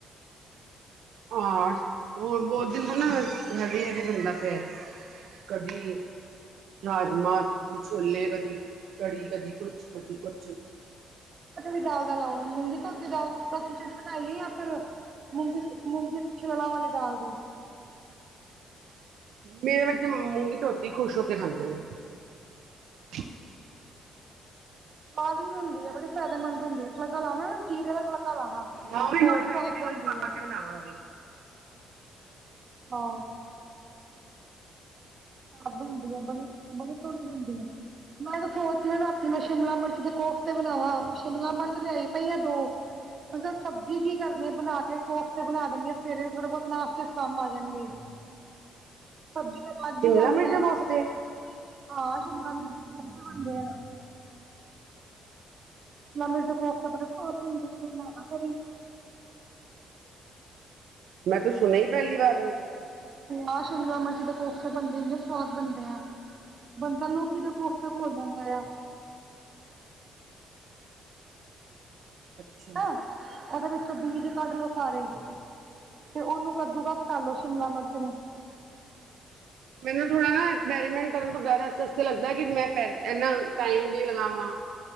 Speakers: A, on the right; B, on the right.
A: ਹਾਂ ਹੋ ਬਹੁਤ ਦਿਨ ਪਹਿਲ ਹੈਗੇ ਹੈ ਫਿਰ <inaudible> ਰਾਜਮਾਂ ਕਦੀ ਛੋਲੇ ਕਦੀ ਕੜੀ ਕਦੀ ਕੁਛ ਕਦੀ ਕੁਛ,
B: ੜੀ ਦਾਲ ਦਾ ਲਾਉਗੇ ਮੂੰਗੀ ਧੋਤੀ ਦਾਲ ਖੀਚੜੀ ਬਣਾਈਏ ਜਾਂ ਫਿਰ ਮੂੰਗੀ ਮੂੰਗੀ ਛਿਲਾ ਵਾਲੀ ਦਾਲ ਦੀ
A: ਮੇਰੇ ਬੱਚੇ ਮੂੰਗੀ ਰੋਟੀ ਖੁਸ਼ ਹੋ ਕੇ ਖਾਂਦੇ ਨੇ, <inaudible>
B: ਕਾਫੀ ਹੁੰਦੀ ਐ ਬੜੀ ਜਿਆਦਾ ਮੰਗ ਹੁੰਦੀ ਐ, ਤੜਕਾ ਲਾ ਦਾ ਜੀਰੇ ਦਾ ਤਲ- ਤੜਕਾ ਲਾ ਦਾ
A: ਥੋੜੀ
B: ਹੋਰ
A: ਥੋੜੀ
B: ਸਵਾਦ
A: ਵੈਜੀਟੇਬਲ
B: ਬਣਦੀ
A: ਪਾ
B: ਐ।
A: ਕੇ ਬਣਾਵਾਂਗੇ
B: ਹਾ ਸਵਾਦ ਹੁੰਦੀ ਆ ਬੜੀ, ਬੜੀ ਸੋਹਣੀ ਬਣਦੀ ਆ। ਮੈਂ ਤਾਂ ਸੋਚ ਰਹੀ ਮੈਂ ਸ਼ਿਮਲਾ ਮਿਰਚ ਦੇ ਕੋਫ਼ਤੇ ਬਣਾਵਾ, ਸ਼ਿਮਲਾ ਮਿਰਚ ਲਿਆਈ ਪਈ ਆ ਦੋ- ਮਤਲਬ ਸਬਜ਼ੀ ਕੀ ਕਰਨੀ ਆ ਬਣਾ ਕੇ ਕੋਫਤੇ ਬਣਾ ਦਿੰਨੀ ਆ ਸਵੇਰੇ ਥੋੜਾ ਬਹੁਤ ਨਾਸ਼ਤੇ ਕੰਮ ਆ ਜਾਣਗੇ।
A: <inaudible>
B: ਸਬਜ਼ੀ ਦਾ ਵੀ
A: ਸ਼ਿਮਲਾ
B: ਜਾਣੀ
A: ਮਿਰਚ ਦੇ
B: ਐ ਹਾਂ
A: ਕੋਫਤੇ
B: ਸ਼ਿਮਲਾ ਮਿਰਚ ਦੇ ਕੋਫਤੇ ਬਣਦੇ ਐ। ਸ਼ਿਮਲਾ ਮਿਰਚ ਦੇ ਕੋਫਤੇ ਬੜਾ ਸਵਾਦ ਐ, ਤੁਸੀਂ ਬਣਾਣਾ ਕਦੀ।
A: ਮੈਂ ਤੇ ਸੁਣਿਆ ਹੀ ਪਹਿਲੀ ਵਾਰ ਨੇ।
B: ਹਾਂ ਸ਼ਿਮਲਾ ਮਿਰਚ ਦੇ ਕੋਫਤੇ ਬਣਦੇ ਹੁੰਦੇ, ਸਵਾਦ ਬਣਦੇ ਆ। ਬੰਦਾ ਲੋਕੀ ਦੇ ਕੋਫਤੇ ਭੁੱਲ ਜਾਂਦਾ ਐ।
A: ਅੱਛਾ
B: ਅ, ਉਹਦੇ ਵਿੱਚੋਂ ਬੀਜ ਕੱਢ ਲੋੋ ਸਾਰੇ। ਤੇ ਉਹਨੂੰ ਕੱਦੂਕਸ਼ ਕਰਲੋ ਸ਼ਿਮਲਾ ਮਿਰਚ ਨੂੰ-
A: ਮੈਨੂੰ ਥੋੜਾ ਐਕਸਪੈਰੀਮੈਂਟ ਕਰਨ ਤੋਂ ਡਰ ਇਸ ਅਸਤੇ ਲੱਗਦਾ ਕਿ ਮੈਂ ਪੈ ਐਨਾ ਟਾਈਮ ਵੀ ਲਗਾਵਾਂ-